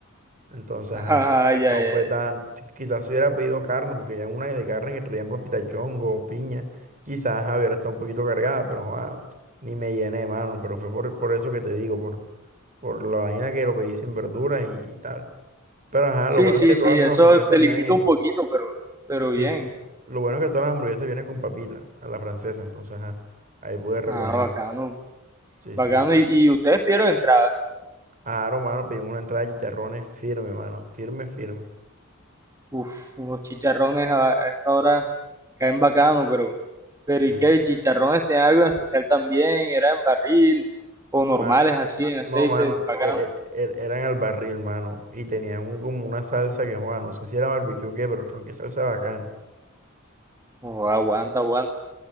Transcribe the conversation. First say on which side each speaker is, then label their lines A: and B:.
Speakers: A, on the right (about 40°); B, on the right (about 15°).
A: Entonces,
B: Ah,
A: ajá,
B: ya,
A: no
B: ya,
A: fue tan. si- Quizás si hubiera pedido carne, porque ya en una de carne que traían papita chongo o piña, quizás ajá, hubiera estado un poquito cargada, pero Juan, ni me llené, mano. Pero fue por, por eso que te digo, por, por la vaina que lo pedí sin verduras y, y tal. Pero ajá,
B: Sí,
A: lo bueno
B: sí,
A: es que todas
B: sí,
A: sus
B: eso
A: hamburguesas
B: te
A: vienen
B: limita un poquito, pero, pero bien.
A: Sí, sí. Lo bueno es que todas las hamburguesas vienen con papita, a la francesa, entonces ajá, ahí pude reponerme.
B: Ah, bacano,
A: Sí,
B: bacano.
A: sí, sí.
B: Y, y ustedes pidieron entrada.
A: ah hermano, pedimos una entrada de chicharrones firme, mano. Firme, firme.
B: Uf, unos chicharrones a, a esta hora caen bacano, pero, pero
A: Sí,
B: ¿y qué?
A: mano.
B: ¿Chicharrones tenían algo en especial también? ¿Eran barril o normales
A: Ma-
B: así, en
A: no,
B: aceite?
A: mano,
B: Bacano.
A: e- e- e- eran al barril, mano. Y tenían un- como una salsa que, Juan, no sé si era barbecue o qué, pero tronqué salsa bacana.
B: Oh, aguanta, aguanta.